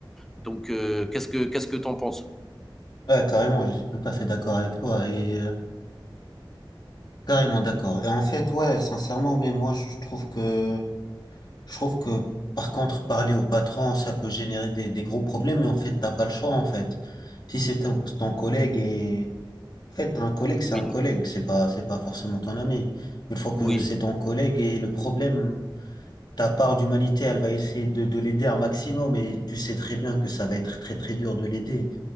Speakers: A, in the centre; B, on the left.
A: Donc, euh, qu'est-ce que, qu'est-ce que t'en penses?
B: Ouais, carrément, je suis tout à fait d'accord avec toi et euh, carrément d'accord. Et en fait, ouais, sincèrement, mais moi, je trouve que Je trouve que par contre, parler au patron, ça peut générer des, des gros problèmes, mais en fait, t'as pas le choix, en fait. Si c'est ton, ton collègue et, en fait, un collègue, c'est
A: Oui,
B: un collègue, c'est pas, c'est pas forcément ton ami. Une fois que
A: oui,
B: c'est ton collègue et le problème, ta part d'humanité, elle va essayer de, de l'aider un maximum, mais tu sais très bien que ça va être très, très dur de l'aider.